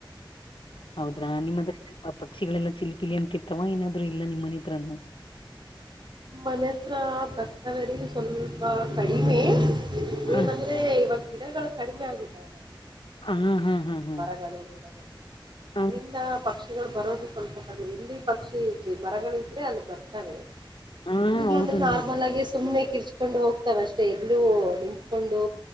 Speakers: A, on the left; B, on the right.
A: ಹೌದ್ರಾ ನಿಮ್ಮ ಆ ಪಕ್ಷಿಗಳೆಲ್ಲ ಚಿಲಿ ಪಿಲಿ ಅಂತಿರ್ತವ ಏನಾದ್ರು ಇಲ್ಲ ನಿಮ್ಮನೆ ಹತ್ರನು.
B: ಮನೆ ಹತ್ರ ಬರ್ತವ ರೀ ಸ್ವಲ್ಪ ಕಡಿಮೆ
A: ಹ
B: ಏನಂ ದ್ರ ಇವಾಗ ಗಿಡಗಳು ಕಡಿಮೆ ಆಗಿದ್ದವಲಾ. ಇಲ್ಲಂದ್ರ
A: ಹಾ ಹಾ
B: ಸ್ವಲ್ಪ
A: ಹಾ ಹಾ
B: ಮರಗಳು ಗಿಡಗಳು
A: ಹಾ
B: ಅದ್ರಿಂದ ಪಕ್ಷಿ ಕ್ಷಿಗಳು ಬರೋದ ಸ್ವಲ್ಪ ಕಡಿಮೆ ಎಲ್ಲಿ ಪಕ್ಷಿ ಮರಗಳ ಇದ್ರೆ ಅಲ್ಲಿ ಬರ್ತವೆ.
A: ಹಾ
B: ಇಲ್ಲಾಂದ್ರೆ
A: ಹೌದು
B: ನಾರ್ಮಲ್
A: ನೋಡ್ರಿ
B: ಆಗಿ ಸುಮ್ನೆ ಕಿರ್ಚ್ಕೊಂಡು ಹೋಗ್ತಾವ ಅಷ್ಟೆ ಎಲ್ಲೂ ನಿಂತ್ಕೊಂಡು